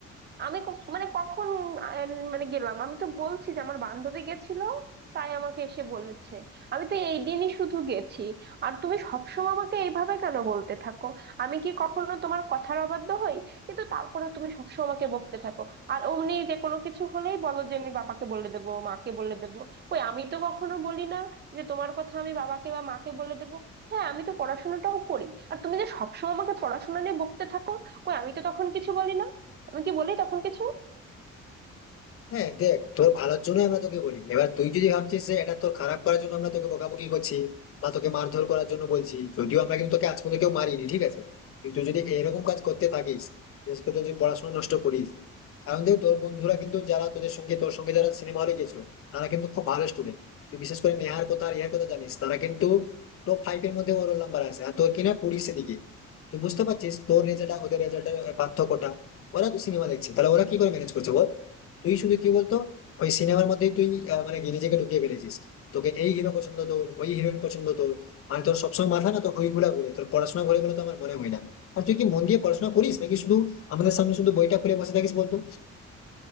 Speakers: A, on the right (about 35°); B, on the left (about 50°).
A: আমি ক- মানে কখন আহ, মানে গেলাম আমি তো বলছি যে আমার বান্ধবী গেছিল তাই আমাকে এসে বলেছে আমি তো এই দিনই শুধু গেছি আর তুমি সবসময় আমাকে এইভাবে কেন বলতে থাকো আমি কি কখনো তোমার কথার অবাধ্য হই কিন্তু তারপরেও তুমি সবসময় আমাকে বকতে থাকো আর অমনি যে কোনো কিছু হলেই বলো যে আমি বাবাকে বলে দেবো মাকে বলে দেবো কই আমি তো কখনো বলি না যে তোমার কথা আমি বাবাকে বা মাকে বলে দেবো হ্যাঁ আমি তো পড়াশোনাটাও করি আর তুমি যে সবসময় আমাকে পড়াশোনা নিয়ে বকতে থাকো কই আমি তো তখন কিছু বলি না আমি কি বলি তখন কিছু
B: হ্যাঁ দেখ তোর ভালোর জন্য আমরা তোকে বলি এবার তুই যদি ভাবছিস যে এটা তোর খারাপ করার জন্য আমরা তোকে বকাবকি করছি বা তোকে মারধর করার জন্য বলছি যদিও আমরা কিন্তু তোকে আজ পর্যন্ত কেউ মারিনি ঠিক আছে কিন্তু যদি এরকম কাজ করতে থাকিস বিশেষ করে তুই যদি পড়াশোনা নষ্ট করিস কারণ দেখ তোর বন্ধুরা কিন্তু যারা তোদের সঙ্গে তোর সঙ্গে যারা সিনেমা হলে গেছিল তারা কিন্তু খুব ভালো স্টুডেন্ট তুই বিশেষ করে নেহার কথা আর ইহার কথা জানিস তারা কিন্তু টপ ফাইভ এর মধ্যে ওর নাম্বার আছে আর তোর কিনা কুড়ির দিকে তুই বুঝতে পারছিস তোর রেজাল্ট ওদের রেজাল্টের পার্থক্যটা ওরা তো সিনেমা দেখছে তাহলে ওরা কি করে ম্যানেজ করছে বল তুই শুধু কি বলতো ওই সিনেমার মধ্যেই তুই আহ, মানে নিজেকে ঢুকিয়ে ফেলেছিস তোকে এই হিরো পছন্দ তোর ওই হিরোইন পছন্দ তোর মানে তোর সবসময় মাথা না তো ওইগুলা ঘুরে তোর পড়াশোনা ঘুরে বলে তো আমার মনে হয় না আর তুই কি মন দিয়ে পড়াশোনা করিস নাকি শুধু আমাদের সামনে শুধু বইটা খুলে বসে থাকিস বলতো